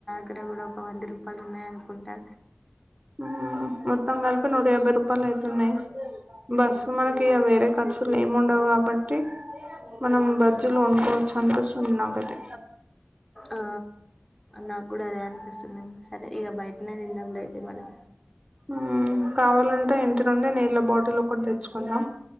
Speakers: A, in the centre; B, on the right.
A: ఇక్కడ కూడా ఒక వంద రూపాయలు ఉన్నాయి అనుకుంటా
B: ఊ మొత్తం కలిపి నూట యాభై రూపు పలు అయితున్నాయి బస్సు మనకి వేరే ఖర్చులు ఏమి ఉండవు కాబట్ టి మనం బజ్జీలు కోనుకోవచ్చు అనిపిస్తుంది నాకైతే
A: ఆ నాకు కూడా అదే అనిపిస్తుంది సరే ఇక బయటనే తిందాం లేండి మనం
B: ఆహా కావాలంటే ఇంటి నుండి నీళ్ళ బాటిల్ ఒకటి తెచ్చుకుందాం